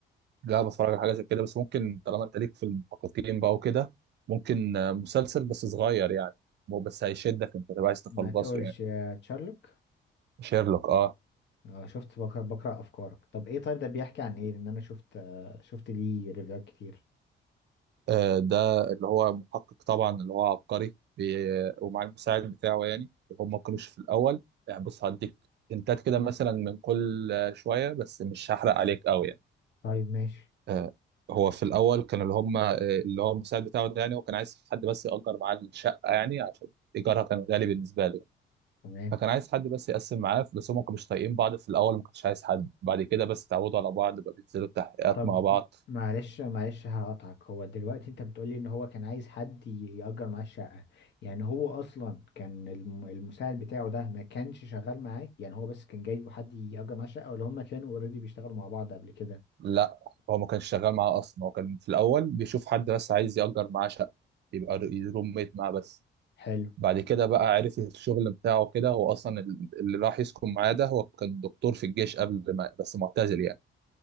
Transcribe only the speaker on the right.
لا بتفرج على حاجة زي كده بس ممكن طالما أنت ليك في المحققين بقى وكده ممكن آه، مسلسل بس صغير يعني مو- بس هيشدك أنت تبقى عايز تخلصه
يعني
شيرلوك أه
آه، ده اللي هو محقق طبعا اللي هو عبقري بي- ومع المساعد بتاعه يعني هم ما كانوش في الأول يعني بص هديك هنتات كده مثلا من كل آه، شوية بس مش هحرق عليك قوي يعني
آه، هو في الاول كان اللي هم آه، اللي هو المساعد بتاعه ده يعني هو كان عايز حد بس يأجر معاه الشقه يعني عشان ايجارها كان غالي بالنسبه له
فكان عايز حد بس يقسم معاه بس هم ما كانوش طايقين بعض في الاول ما كانش عايز حد بعد كده بس اتعودوا على بعض بقى بينزلوا التحقيقات
مع بعض
لا هو ما كانش شغال معاه اصلا هو كان في الاول بيشوف حد بس عايز يأجر معاه شقه يبقى روم ميت معاه بس
بعد كده بقى عرف الشغل بتاعه كده هو اصلا اللي راح يسكن معاه ده هو كان دكتور في الجيش قبل ما بس معتزل يعني